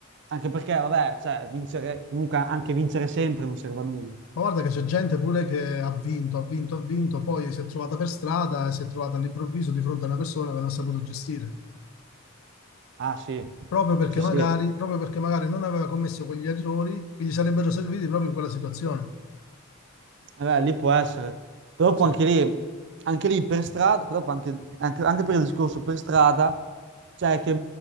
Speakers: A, on the right; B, on the left.
A: Anche perché, vabbè, cioè, vincere, comunque anche vincere sempre non serve a nulla.
B: Ma guarda che c'è gente pure che ha vinto, ha vinto, ha vinto, poi si è trovata per strada e si è trovata all'improvviso di fronte a una persona che non ha saputo gestire.
A: Ah sì,
B: Proprio perché
A: sì,
B: magari,
A: sì.
B: proprio perché magari non aveva commesso quegli errori che gli sarebbero serviti proprio in quella situazione.
A: Eh beh, lì può essere. Però
B: Sì,
A: poi anche lì, anche lì per strada, proprio anche, anche- anche per il discorso per strada, cioè che